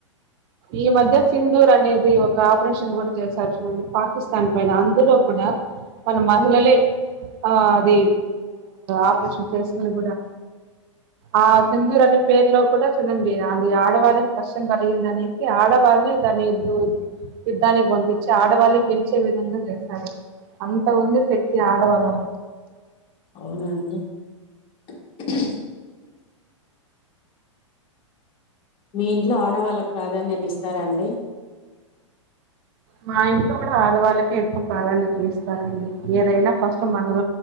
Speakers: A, on the right (about 45°); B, on the left (about 30°).
A: ఈ మధ్య సింధూర్ అనేది ఒక ఆపరేషన్ కూడా చేసారు పాకిస్తాన్ పైన అందులో కుడా వాళ్ళు మహిళలే ఆ అది ఆపరేషన్ చేసింది కూడా ఆ సిధూర్ అనే పేరులో కూడా చూడండి అది ఆడవారికి కష్టం కలిగిందని ఆడవాళ్ళనే దానిద్ యుద్ధానికి పొంపించి ఆడవాళ్ళ గెలిచే విధంగా చేశారు అంత వంది శక్తి ఆడవళ్ళ
B: అవునండి <inaudible> మీ ఇంట్లో ఆడవాళ్ళకి ప్రాధాన్యత ఇస్తారా అండి
A: మా ఇంట్లో కూడా ఆళ్డవాళ్ళకే ఎక్కువ ప్రాధాన్యత ఇస్తారండి ఏదైనా ఫస్ట్ మన